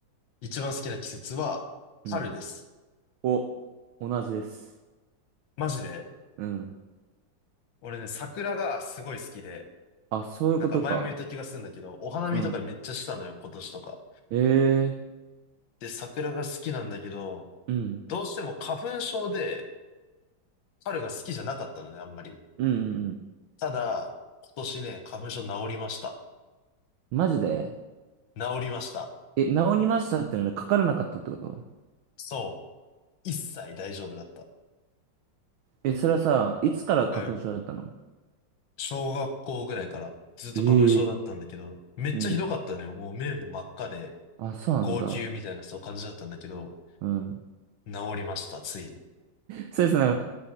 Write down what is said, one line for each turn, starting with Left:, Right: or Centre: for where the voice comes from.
Left: 一番好きな季節は、
Right: うん。
Left: 春です。
Right: お、同じです。
Left: マジで。
Right: うん。
Left: 俺ね、桜がすごい好きで、
Right: あ、そういうことか。
Left: なんか前も言った気がするんだけど、お花見とかめっちゃしたのよ、
Right: うん。
Left: 今年とか。
Right: ええ
Left: で、桜が好きなんだけど、
Right: うん。
Left: どうしても花粉症で春が好きじゃなかったのね、あんまり。
Right: うんうんうん。
Left: ただ、今年ね、花粉症治りました。
Right: マジで
Left: 治りました。
Right: え、治りましたってのはかからなかったってこと
Left: そう。一切大丈夫だった。
Right: え、それはさ、いつから花粉症だったの
Left: うん。小学校ぐらいからずっと花粉症だったんだけど、
Right: ええ
Left: めっちゃひどかったのよ。
Right: うん。
Left: もう目も真っ赤で、
Right: あ、そうなんだ。
Left: 号泣みたいなそう感じだったんだけど、
Right: うん。
Left: 治りました、ついに。
Right: そうですね。